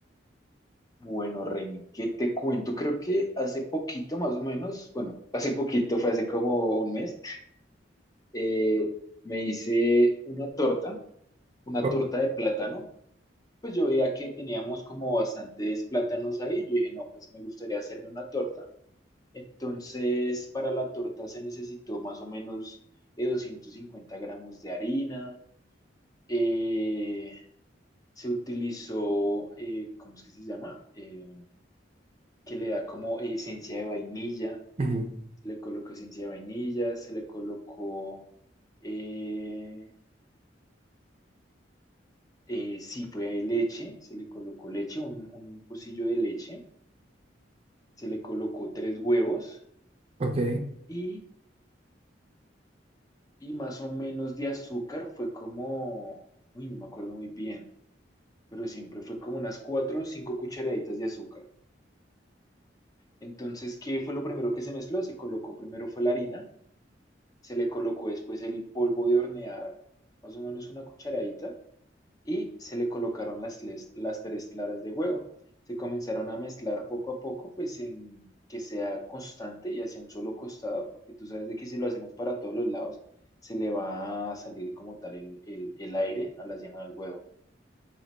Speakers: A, on the left; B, on the right.
A: Bueno, Reni, ¿qué te cuento? Creo que hace poquito, más o menos, bueno, <laughs> hace poquito, fue hace como un mes, eh, me hice una torta, una
B: Ok.
A: torta de plátano. Pues yo veía que teníamos como bastantes plátanos ahí. Yo dije, no, pues me gustaría hacerme una torta. Entonces, para la torta se necesitó más o menos eh, 250 gramos de harina. eh, se utilizó, eh, ¿cómo es que se llama? Eh, que le da como esencia de vainilla.
B: Ujú,
A: se le colocó esencia de vainilla, se le colocó, eh, eh, sí, fue ahí leche, se le colocó leche, un, un pocillo de leche, se le colocó tres huevos
B: ok.
A: y, y más o menos de azúcar fue como, uy, no me acuerdo muy bien, pero siempre fue como unas cuatro o cinco cucharaditas de azúcar. Entonces, ¿qué fue lo primero que se mezcló? Se colocó primero fue la harina, se le colocó después el polvo de hornear, más o menos una cucharadita, y se le colocaron las, les- las tres claras de huevo. Se comenzaron a mezclar poco a poco, pues en que sea constante y hacia un solo costado, porque tú sabes de que si lo hacemos para todos los lados, se le va a salir como tal el, el- el aire a la yema del huevo.